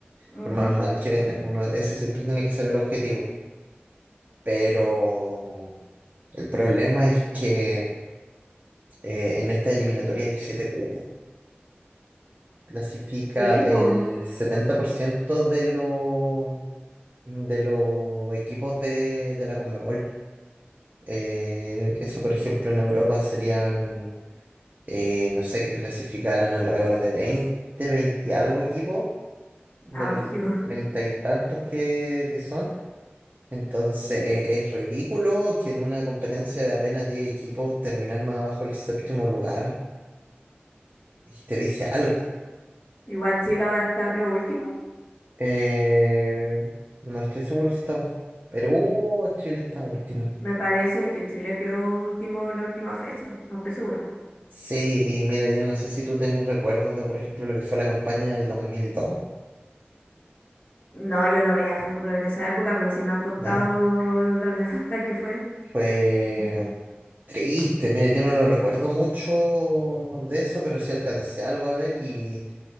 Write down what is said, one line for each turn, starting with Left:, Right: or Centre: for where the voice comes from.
Left: Ujú.
Right: por más mal que venga. Uno, ese siempre tiene que ser el objetivo. Pero el problema es que eh, en esta eliminatoria hay siete cupos. Clasifica
Left: Sí,
Right: el
Left: pues,
Right: 70% de los de los equipos de, de la Conmebol. Eh, eso, por ejemplo, en Europa serían, eh, no sé, que clasificaran alrededor de veinte veinte algo equipos de
Left: abrigo.
Right: los treinta y tantos que, que son. Entonces, eh, es ridículo que en una competencia de apenas 10 equipos terminar más abajo el séptimo lugar y te dice algo.
Left: Igual Chile ahora está, creo, último.
Right: Eh, no estoy seguro si estamos. Perú o Chile está último.
Left: Me parece que Chile quedó último en la última fecha, no estoy segura.
Right: Sí, y mira, yo no sé si tú tenés recuerdos de, por ejemplo, lo que fue la campaña del dos dos mil dos,
Left: No, yo no veía fútbol en esa época, pero sí me han contado
Right: no
Left: lo nefasta que fue.
Right: Fue triste, mira, yo no lo recuerdo mucho de eso, pero sí alcancé algo a ver y,